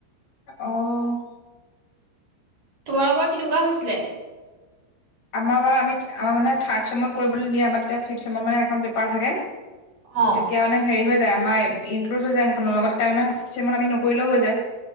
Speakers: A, on the left (about 45°); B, on the right (about 45°).
A: অঁ।
B: <unintelligible> কেনেকুৱা হৈছিলে?
A: আমাৰ বাৰ আমি আমাৰ মানে থাৰ্ড চেমৰ কৰিবলে দিয়ে আমাৰ তেতিয়া ফিপ চেমৰ মানে এখন পেপাৰ থাকে
B: অ
A: তেতিয়া মানে হেৰি হৈ যায় <unintelligible> ইনক্লুদ হৈ যায় সেইখনৰ লগত <unintelligible> আমি নকৰিলেও হৈ যায়।